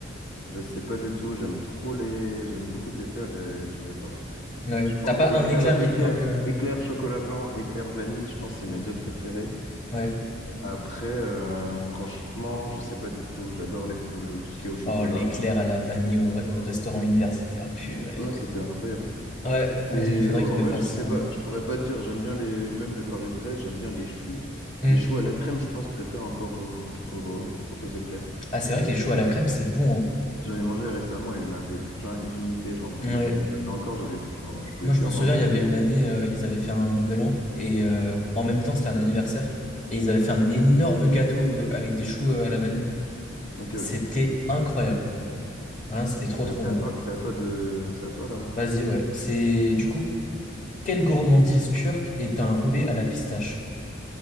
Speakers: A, on the left; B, on the left.
A: Je sais pas du tout, j'aime trop les... J'aime beaucoup de desserts et je sais pas.
B: ouais
A: Je pense
B: t'as pas
A: éclair,
B: un éclair qui
A: éclair,
B: te marque euh,
A: éclair chocolat blanc, éclair vanille, je pense que c'est mes deux préférés.
B: ouais
A: Après, euh, franchement, je sais pas du tout. J'adore les fou- le- tout ce qui est au chocolat.
B: oh l'éclair à la vanille au, au restaurant universitaire purée
A: Ouais, c'était incroyable.
B: ouais
A: Et
B: euh, il faudrait
A: euh,
B: qu'il
A: en
B: le
A: vrai,
B: fasse
A: je sais
B: euh.
A: pas, je pourrais pas te dire. J'aime bien les, même les Paris-Brest, j'aime bien les choux.
B: Hmm.
A: Les choux à la crème, je pense, préfère encore aux, aux, aux éclairs.
B: ah c'est vrai que les choux à la crème c'est bon
A: J'en ai mangé récemment, il y en avait plein illimité. J'en voulais,
B: hein. ouais
A: il y en avait encore, j'avais plus, enfin, je pouvais
B: moi je
A: plus
B: m'en
A: en
B: souviens
A: manger.
B: il y avait
A: j'en-
B: une année euh, ils avaient fait un nouvel an et euh,
A: Ah,
B: en même temps c'était un anniversaire et ils avaient fait un
A: ok.
B: énorme gâteau euh, avec des choux euh, à la vanille
A: Ok,
B: c'était
A: ok.
B: incroyable Hein, c'était trop trop
A: Euh, C'est
B: bon.
A: à toi, c'est à toi de, c'est à toi là, non?
B: Vas-y, ouais. C'est du coup, quelle gourmandise turque est un roulé à la pistache?